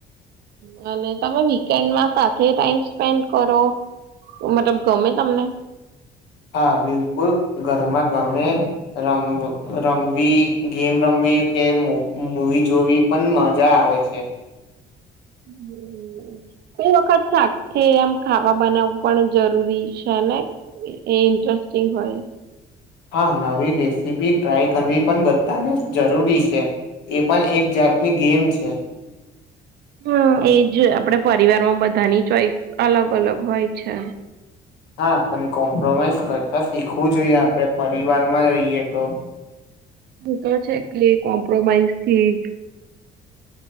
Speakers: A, on the right; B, on the left.
A: હ અને તમે વીકેન્ડમાં સાથે ટાઈમ સ્પેન્ડ કરો મતલબ ગમે તમને
B: હા બિલકુલ ઘરમાં ગમે રમ રમવી ગેમ રમવી કે મુવી જોવી પણ મજા આવે છે
A: હમ કોઈ વખત સા આમ ખાવા બનાવવું પણ જરૂરી છે ને એ ઇન્ટરેસ્ટિંગ હોય
B: હા નવી રેસીપી ટ્રાય કરવી પણ બધાને જરૂરી છે એ પણ એક જાતની ગેમ છે
A: હમ એજ આપડે પરિવારમાં બધાની ચોઈસ અલગ અલગ હોય છે
B: હા પણ કોમ્પ્રોમાઈઝ કરતા શીખવું જોઈએ આપણે પરિવાર માં રહીએ તો
A: હું તો છે કેટલે કોમ્પ્રોમાઈઝથી